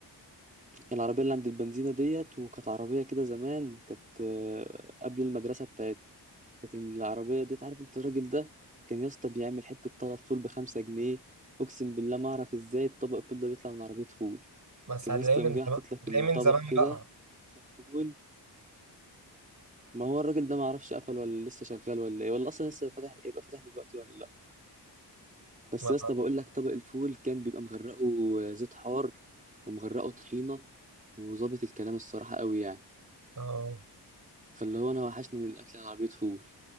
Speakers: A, on the right (about 20°); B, on the right (about 45°).
A: العربية اللي عند البنزينة ديت وكانت عربية كده زمان كانت آه، قبل المدرسة بتاعتنا كانت العربية ديت عارف انت الراجل ده كان يا اسطى بيعمل حتة طلب فول بخمسة جنيه اقسم بالله ما اعرف ازاي الطبق الفول ده بيطلع من عربية فول
B: بس
A: كان
B: هتلاقيه
A: يا اسطى
B: من
A: يوم جاي
B: زمان
A: حاطط لك
B: هتلاقيه
A: الطبق
B: من زمان
A: كده
B: بقى
A: وحاطط لك فول ما هو الراجل ده ما اعرفش قفل ولا لسه شغال ولا ايه ولا اصلا لسه فاتح يبقى فاتح دلوقتي ولا لا بس
B: ما...
A: يا اسطى بقول لك طبق الفول كان بيبقى مغرقه زيت حار ومغرقه طحينه وظابط الكلام الصراحه قوي يعني
B: آه.
A: فاللي هو انا وحشني الاكل على عربيه فول